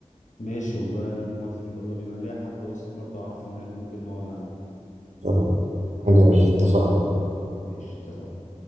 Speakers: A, on the left; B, on the right.
A: ماشي والله انا موافق يلا بينا أنا ليا حد بس برضه اعرفه هناك ممكن نقعد عنده
B: يلا بينا كلام جميل اتفقنا
A: ماشي اتفقنا